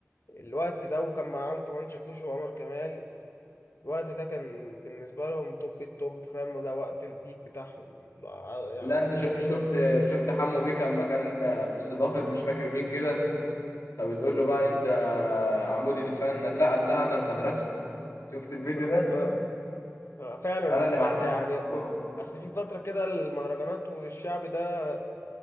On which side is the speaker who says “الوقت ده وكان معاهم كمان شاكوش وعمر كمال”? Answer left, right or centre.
Left